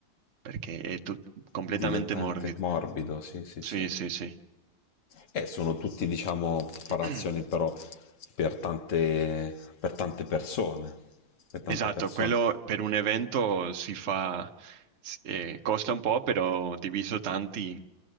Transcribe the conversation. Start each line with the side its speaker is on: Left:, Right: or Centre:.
Right: perché è tut- completamente
Left: Diventate
Right: morbido.
Left: morbido, sì, sì,
Right: Sì,
Left: sì.
Right: sì, sì.
Left: E sono tutti, diciamo, preparazioni
Right: <clears throat>
Left: però per tante, per tante persone, per tante
Right: Esatto,
Left: persone,
Right: quello per un evento si fa, s- eh, costa un po', però diviso tanti,